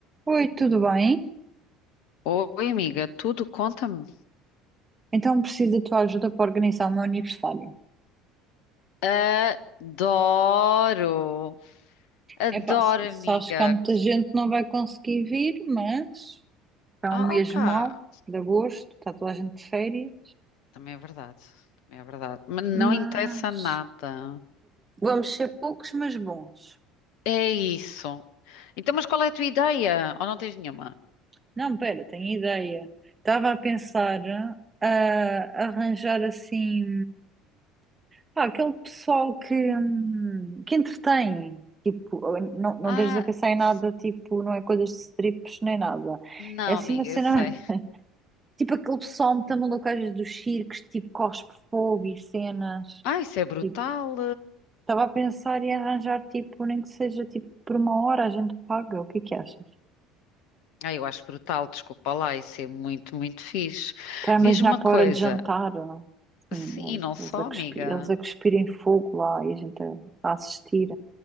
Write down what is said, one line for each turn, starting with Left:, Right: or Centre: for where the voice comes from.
Right: Oi, tudo bem?
Left: Oi, amiga, tudo conta-me.
Right: Então preciso da tua ajuda para organizar o meu aniversário.
Left: Adoro! Adoro,
Right: Epá, se se
Left: amiga.
Right: acho que há muita gente que não vai conseguir vir, mas é um
Left: Oh,
Right: mês
Left: opa!
Right: mau de agosto, está toda a gente de férias,
Left: Também é verdade. Também é verdade. Mas não
Right: mas
Left: interessa nada.
Right: vamos ser poucos, mas bons.
Left: É isso. Então, mas qual é a tua ideia? Ou não tens nenhuma?
Right: Não, pera, tenho ideia. Estava a pensar ah, a arranjar assim. Pá, aquele pessoal que, hum, que entretém, tipo, não, não
Left: Ah,
Right: deixas a pensar em nada,
Left: s-
Right: tipo, não é coisas de strips nem nada.
Left: não,
Right: É assim
Left: amiga,
Right: uma cena,
Left: eu sei.
Right: <laughs> tipo aquele pessoal muito maluco às vezes dos circos, tipo, cospe fogo e cenas.
Left: Ah, isso é brutal.
Right: Tipo, estava a pensar em arranjar, tipo, nem que seja, tipo, por uma hora a gente paga, o que é que achas?
Left: Ah, eu acho brutal, desculpa lá, isso é muito, muito fixe.
Right: Está a imaginar
Left: Diz-me uma
Right: para
Left: coisa.
Right: a hora de jantar, sim,
Left: Sim, e não só,
Right: eles a cuspir,
Left: amiga.
Right: eles a cuspirem fogo lá e a gente a, a assistir.